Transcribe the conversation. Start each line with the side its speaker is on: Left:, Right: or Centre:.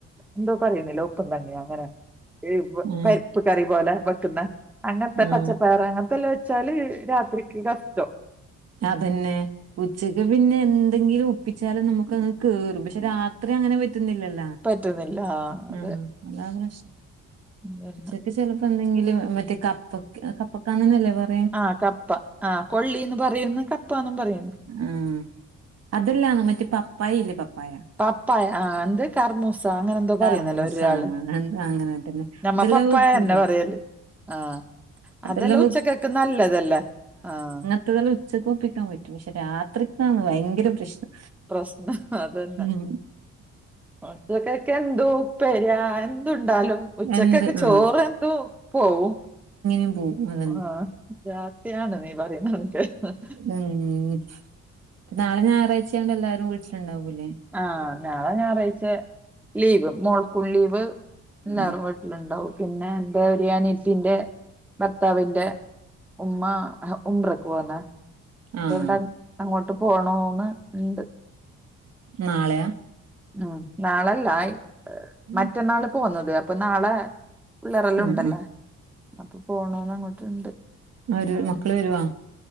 Centre: എന്തോ പറയുന്നില്ലേ ഒപ്പുകഞ്ഞിയോ അങ്ങനെ, ഏഹ്
Right: ആഹ്
Centre: പരിപ്പ് കറിപോലെ വെക്കുന്ന അങ്ങന്ത്തേ പച്ചപ്പയറ്
Right: ആഹ്
Centre: അങ്ങനത്തെല്ലാം വെച്ചാല് രാത്രിക്ക് കസ്തം.
Right: അതന്നേ, ഉച്ചക്ക് പിന്നെ എൻ ന്തെങ്കിലും ഒപ്പിച്ചാലും നമ്മുക്കങ്ങ് കേറും. പക്ഷെ രാത്രി അങ്ങനെ പറ്റുന്നില്ലല്ലോ.
Centre: പറ്റുന്നില്ല ആ അതെ
Right: ആഹ് അതാണ് പ്രശ്നം.
Centre: പിന്നെ
Right: ഇൻക്ക് ചെലെപ്പ എന്തെങ്കിലും മറ്റേ കപ്പക്ക് കപ്പക്കാന്നെല്ലേ പറ
Centre: ആഹ് കപ്പ. ആഹ് കൊള്ളീന്ന് പറയുന്നു കപ്പാന്നും പറയ്ന്ന്.
Right: ആഹ്, അതല്ലാ മറ്റേ പപ്പായ ഇല്ലേ പപ്പായ.
Centre: പപ്പായ ആ എന്ത് കർമൂസ. അങ്ങനെ എന്തോ
Right: കർമൂസ
Centre: പറയുന്നല്ലോ ഒരാള്
Right: എന്താ അങ്ങനെ തന്നെ
Centre: ഞമ്മ
Right: അതെല്ലാം
Centre: പപ്പായന്നേ
Right: വെക്കൂലേ
Centre: പറയല്, ആഹ്
Right: അതെല്ലാം
Centre: അതെല്ലൊ ഉച്ചക്കക്ക് നല്ലതല്ലേ, ആഹ്.
Right: അത് നല്ലേ ഉച്ചക്ക് ഒപ്പിക്കാൻ പറ്റും. പക്ഷെ രാത്രിക്കാന്ന് ഭയങ്കര പ്രശ്നം.
Centre: പ്രസ്നം അതന്നേ.
Right: ഉം
Centre: മക്കക്കേഎന്തോ ഉപ്പേരിയാ എന്തുണ്ടാലും. ഉച്ചക്കെക്ക്
Right: എന്ത് ആഹ്
Centre: ചോറ് എന്തുപോവും.
Right: <unintelligible>
Centre: ആഹ് രാതിയാണ് നീ പറയുന്നെതെ. <unintelligible>
Right: ഉം നാളെ ഞായറാഴ്ച്ചയോണ്ട് എല്ലാരും വീട്ടില്ണ്ടാവൂല്ലേ?
Centre: ആഹ് നാളെ ഞായറാഴ്ച്ച ലീവ്. മോൾക്കും ലീവ്. എല്ലാറും
Right: ഉം
Centre: വീട്ടില്ണ്ടാവും പിന്നെ എന്റെ ഒരനിയത്തീന്റെ ഭർത്താവിന്റെ ഉമ്മാ ഉംറക്ക് പോവുന്നേ
Right: ആഹ്
Centre: അതൊണ്ട് അങ്ങോട്ട് പോണോന്ന് ഇണ്ട്.
Right: നാളെയാ?
Centre: ഉം നാളെല്ലാ ഹ്
Right: ഉം
Centre: മറ്റെന്നാള് പോവുന്നത്. അപ്പോ നാളെ പിള്ളേരൊല്ലോം
Right: ഉം
Centre: ഉണ്ടല്ലോ. അപ്പൊ പോണോന്ന് അങ്ങോട്ടുണ്ട്.
Right: ആര്
Centre: അങ്ങനെ
Right: മക്കള് വെരുവോ?